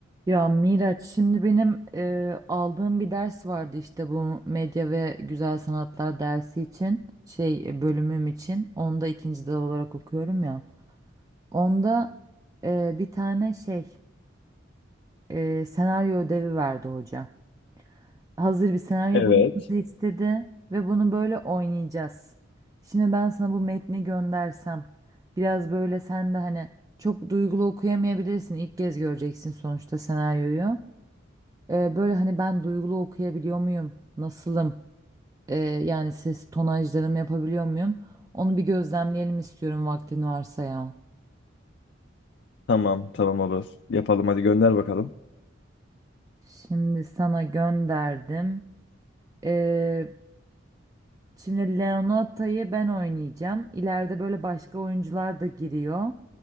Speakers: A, on the right; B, on the left.
A: Ya Miraç şimdi benim e, aldığım bir ders vardı işte bu medya ve güzel sanatlar dersi için şey e, bölümüm için onu da ikinci dal olarak okuyorum ya. Onda e, bir tane şey e, senaryo ödevi verdi hoca. Hazır bir senaryo
B: Evet.
A: bulmamızı istedi ve bunu böyle oynayacağız. Şimdi ben sana bu metni göndersem biraz böyle sen de hani çok duygulu okuyamayabilirsin ilk kez göreceksin sonuçta senaryoyu. Ee, böyle hani ben duygulu okuyabiliyor muyum? Nasılım? Ee, yani ses tonajlarımı yapabiliyor muyum? Onu bir gözlemleyelim istiyorum vaktin varsa ya.
B: Tamam, tamam olur. Yapalım hadi gönder bakalım.
A: Şimdi sana gönderdim. Ee, şimdi Leonata'yı ben oynayacağım. İleride böyle başka oyuncular da giriyor.